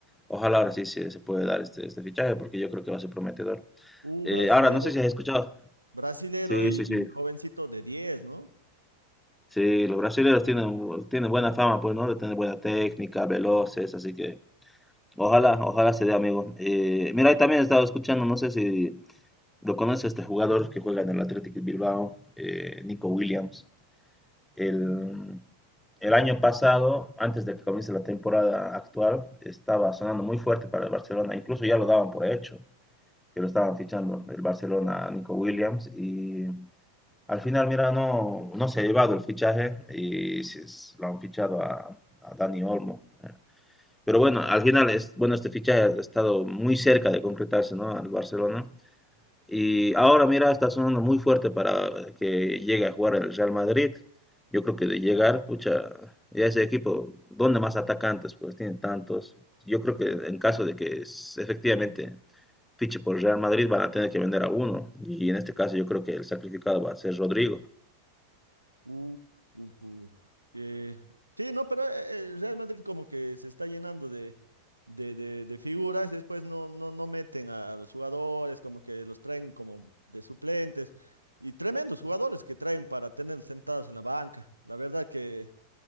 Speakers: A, in the centre; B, on the right.
A: ojalá ahora sí se, se puede dar este, este fichaje porque yo creo que va a ser prometedor.
B: Uh,
A: Eh,
B: brasilero,
A: ahora, no sé si has escuchado.
B: brasilero
A: Sí,
B: y,
A: sí,
B: y
A: sí.
B: jovencito de 10, ¿no?
A: Sí, los brasileños tienen, tienen buena fama, pues, ¿no? De tener buena técnica, veloces, así que ojalá, ojalá se dé, amigo. Eh, mira, y también he estado escuchando, no sé si lo conoces, este jugador que juega en el Athletic Bilbao, eh, Nico Williams. el, el año pasado, antes de que comience la temporada actual, estaba sonando muy fuerte para el Barcelona, incluso ya lo daban por hecho, que lo estaban fichando el Barcelona a Nico Williams y al final, mira, no, no se ha llevado el fichaje y se, lo han fichado a, a, Dani Olmo. Pero bueno, al final, es, bueno, este fichaje ha estado muy cerca de concretarse, ¿no? Al Barcelona y ahora, mira, está sonando muy fuerte para que llegue a jugar el Real Madrid. Yo creo que de llegar, pucha, ya ese equipo, ¿dónde más atacantes? Pues tiene tantos. Yo creo que en caso de que s- efectivamente fiche por Real Madrid, van a tener que vender a uno. Y en este caso, yo creo que el sacrificado va a ser Rodrigo.
B: Uh, ujú. Eh, sí, no, pero eh, el Real Madrid como que se está llenando de, de, de- de figuras, después no, no, no meten a, a los jugadores, como que los traen como de suplentes, y tremendos jugadores que traen para tener sentados en la banca. La verdad que